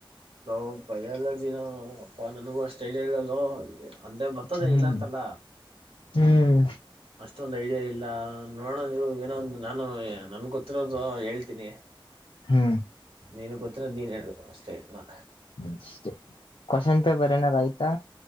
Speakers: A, on the right (about 85°); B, on the left (about 80°).
A: ಲೋ ಬಯಲಜಿನ ಅಪ್ಪಾ ನನಗೂ ಅಷ್ಟ ಐಡಿಯಾ ಇಲ್ಲಲೋ. ಅಂದ್ರೆ ಬರ್ತದೆೇ
B: ಹ್ಮ್
A: ಇಲ್ಲ ಅಂತಲ್ಲ.
B: ಹ್ಮ್
A: ಅಷ್ಟೊಂದ ಐಡಿಯಾ ಇಲ್ಲ ನೋಡೋಣ ಇರೋ ಏನೋ ಒಂದು ನಾನು ನನಗ ಗೊತ್ತಿರೋದು ಹೇಳ್ತೀನಿ.
B: ಹ್ಮ.
A: ನೀನಗ ಗೊತ್ತಿರೋದ ನೀನ ಹೇಳು ಅಷ್ಟೇ ಈಗ.
B: ಅಷ್ಟೇ ಕ್ವಶನ್ ಪೇಪರ್ ಏನಾರು ಆಯ್ತಾ.